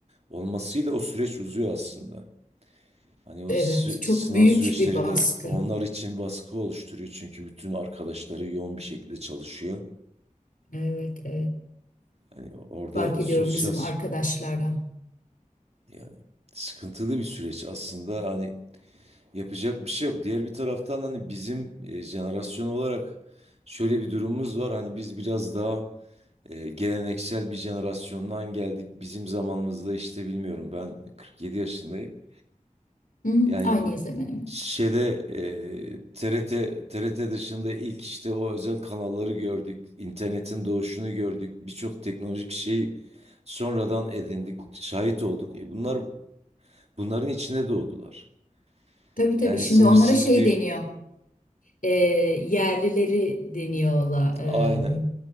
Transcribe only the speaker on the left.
Evet
çok
büyük
bir baskı.
Evet evet.
Fark ediyorum
bizim arkadaşlardan.
Hı hı,
aynıyız hemen hemen.
Tabii
tabii. Şimdi
onlara şey
deniyor. E, yerlileri deniyorlar. E,